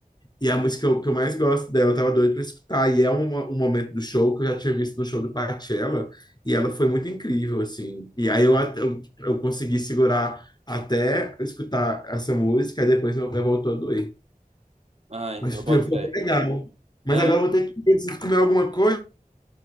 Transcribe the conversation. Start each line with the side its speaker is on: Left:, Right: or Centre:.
Left: E é a música que eu, que eu mais gosto dela, eu tava doido pra escutar. E é uma- um momento do show que eu já tinha visto no show do Coachella, e ela foi muito incrível, assim. E aí
Right: uhum.
Left: eu, at- eu, eu consegui segurar até eu escutar essa música, e depois meu pé voltou a doer.
Right: Ai,
Left: Mas
Right: eu
Left: foi,
Right: boto
Left: foi
Right: fé.
Left: legal. Mas
Right: É,
Left: agora eu vou ter que ir, preciso comer alguma coisa.